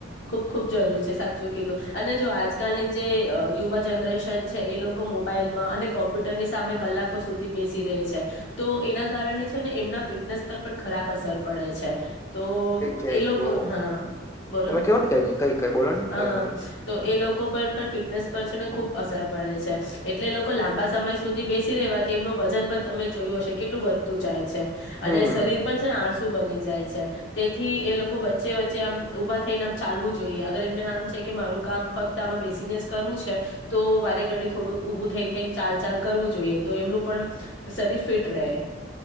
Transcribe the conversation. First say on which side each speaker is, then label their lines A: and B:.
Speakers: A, on the left (about 75°); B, on the left (about 15°).
A: ખુબ ખુબ જરૂરી છે સાચું કીધું અને જો આજ આજકાલની જે યુવા જનરેશન છે એ લોકો મોબાઈલમાં અને કોમ્પ્યુટરની સામે કલાકો સુધી બેસી રહી છે. તો એના કારણે છે ને એમના ફિટનેસ પર પણ ખરાબ અસર પડે છે. તો
B: છે
A: એ લોકો
B: બહ
A: હા. બોલો
B: તમે કેવો ન ક કઈ કઈ બોલો
A: હા
B: તમે બોલો.
A: તો એ લોકો પર પણ ફિટનેસ પર છે ને ખૂબ અસર પડે છે, એટલે એ લોકો લાંબા સમય સુધી બેસી રહેવાથી એમનું વજન પણ તમે જોયું હશે કેટલું વધતું જાય છે. અને
B: હમ
A: શરીર પણ છે ને આડ શું બની જાય છે તેથી એ લોકો વચ્ચે વચ્ચે આમ ઊભા થઈને આમ ચાલવું જોઈએ. અગર એમને આમ છે કે મારું કામ ફક્ત આમાં બેસીને જ કરવું છે તો વારે ઘડી થોડું ઊભું થઈ થઈને ચાલ ચાલ કરવું જોઈએ તો એમનું પણ શરીર ફિટ રહે.